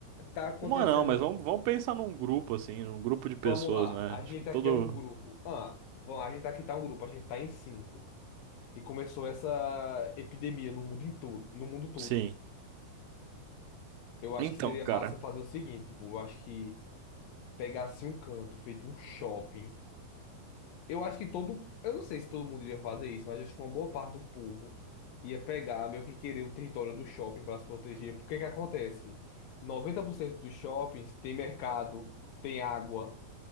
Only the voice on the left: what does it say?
Tá acontecendo.
Vamos
lá.
A
gente
aqui é um grupo. Ah, bom A gente aqui tá um grupo. A gente tá em cinco. E começou essa epidemia no mundo em todo, no mundo todo.
Eu acho
que seria
massa fazer o seguinte, tipo, eu acho que pegasse um canto feito um shopping Eu acho que todo. Eu não sei se todo mundo iria fazer isso, mas acho que uma boa parte do povo ia pegar, meio que querer o território do shopping para se proteger. Porque que acontece? 90% dos shoppings tem mercado, tem água,